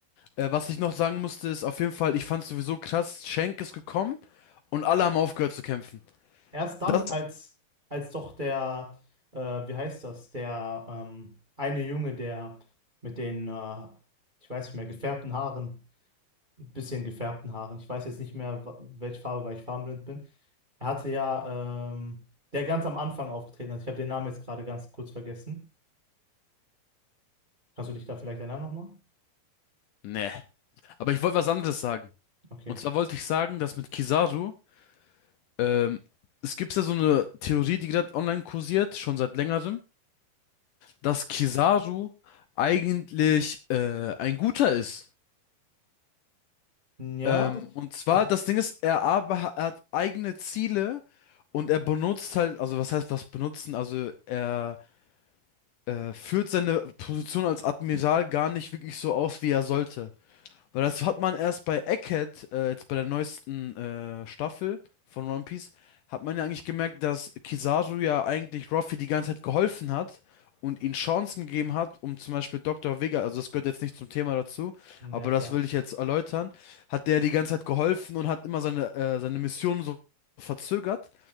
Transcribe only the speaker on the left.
Äh, was ich noch sagen musste, ist auf jeden Fall, ich fand sowieso krass, Shank ist gekommen und alle haben aufgehört zu kämpfen.
Das,
ne. Aber ich wollte was anderes sagen.
Und zwar wollte ich sagen, dass mit Kizaru, ähm, es gibt ja so eine Theorie, die gerade online kursiert, schon seit längerem, dass Kizaru eigentlich äh, ein Guter ist.
Ähm, und zwar,
das
Ding ist, er, aber, er hat eigene Ziele und er benutzt halt, also was heißt was benutzen? Also er äh, führt seine Position als Admiral gar nicht wirklich so aus, wie er sollte. Weil das hat man erst bei Egghead, äh, jetzt bei der neuesten äh, Staffel von One Piece, hat man ja eigentlich gemerkt, dass Kizaru ja eigentlich Ruffy die ganze Zeit geholfen hat und ihm Chancen gegeben hat, um zum Beispiel Dr. Vega, also das gehört jetzt nicht zum Thema dazu,
aber das
will ich jetzt erläutern, hat der die ganze Zeit geholfen und hat immer seine, äh, seine Mission so verzögert,